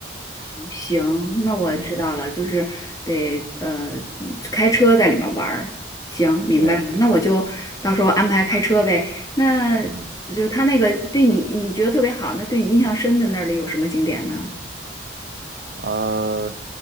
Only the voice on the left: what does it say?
行，那我知道了，
就是得呃开车在里面玩儿。行，明白了，
那我就到时候安排开车呗。那就他那个对你你觉得特别好，
那对你印象深的那里有什么景点呢？